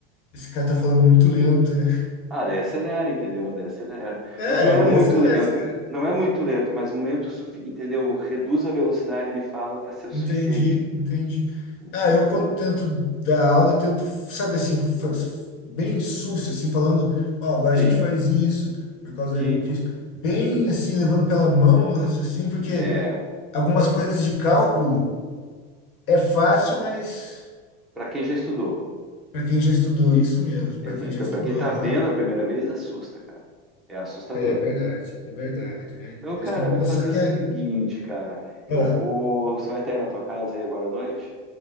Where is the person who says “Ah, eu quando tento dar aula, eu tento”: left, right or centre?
Left